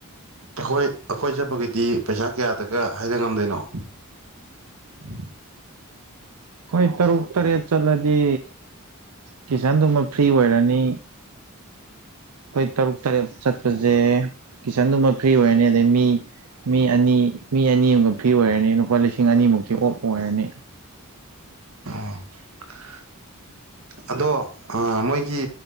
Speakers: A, on the right; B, on the right.
A: ꯑꯩꯈꯣꯏ ꯑꯩꯈꯣꯏ ꯆꯠꯄꯒꯤꯗꯤ ꯄꯩꯁꯥ ꯀꯌꯥꯗꯒ ꯍꯥꯏꯅ ꯉꯝꯗꯣꯏꯅꯣ ꯎꯝ
B: ꯑꯩꯣꯏ ꯇꯔꯨꯛ ꯇꯔꯦꯠ ꯆꯠꯂꯗꯤ ꯀꯤꯁꯟꯗꯨꯃ ꯐ꯭ꯔꯤ ꯑꯣꯏꯔꯅꯤ ꯑꯩꯈꯣꯏ ꯇꯔꯨꯛ ꯇꯔꯦꯠ ꯆꯠꯄꯁꯦ ꯀꯤꯆꯟꯗꯨꯃ ꯐ꯭ꯔꯤ ꯑꯣꯏꯔꯅꯤ ꯑꯗꯩ ꯃꯤ ꯃꯤ ꯑꯅꯤ ꯃꯤ ꯑꯅꯤꯃꯒ ꯐ꯭ꯤ ꯑꯣꯏꯔꯅꯤ ꯂꯨꯄꯥ ꯂꯤꯁꯤꯡ ꯑꯅꯤꯃꯨꯛꯀꯤ ꯑꯣꯞ ꯑꯣꯏꯔꯅꯤ
A: <inaudible> ꯑꯗꯣ ꯑꯥ ꯃꯣꯏꯒꯤ